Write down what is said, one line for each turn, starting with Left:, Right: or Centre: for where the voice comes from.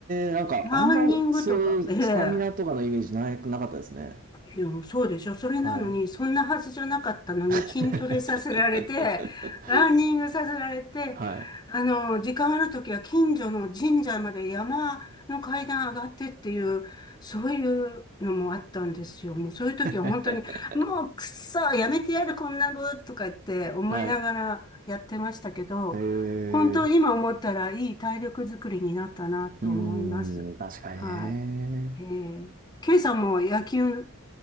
Right: えなんか、
Left: ランニングとか、
Right: あんま、そういうスタミナとかのイメージなくなかったですね。
Left: ええいや、そうでしょ。それなのに、
Right: はい。
Left: そんなはずじゃなかったのに、
Right: <laughs>
Left: 筋トレさせられて、ランニングさせられて、
Right: はい。
Left: あの、時間あるときは近所の神社まで山の階段上がってっていう、そういうのもあったんですよ。もうそういうときは本当に、
Right: <laughs>
Left: もうくっそ、やめてやる、こんなの、とか言って思いながらやってましたけど、
Right: はい。ええ
Left: 本当今思ったらいい体力づくりになったなと思います。
Right: うーん、確かにね。
Left: はい。えー、K さんも野球、